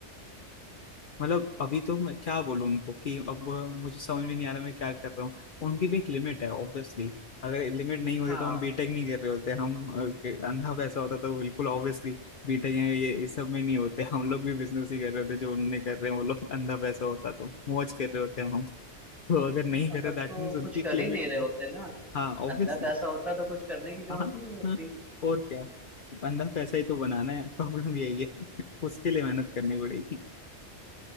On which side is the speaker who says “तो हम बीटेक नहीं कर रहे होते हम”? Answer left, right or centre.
Left